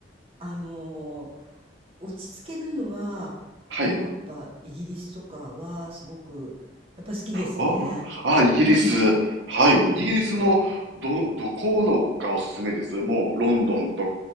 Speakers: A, on the right; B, on the right.
A: あのー落ち着けるのは、
B: はい。
A: ヨーロッパ、イギリスとかはすごく、やっぱり好きですね。
B: ああ、あ、イギリス。
A: うん、
B: はい。
A: うん。
B: イギリスのどの、どこのがおすすめですもうロンドンと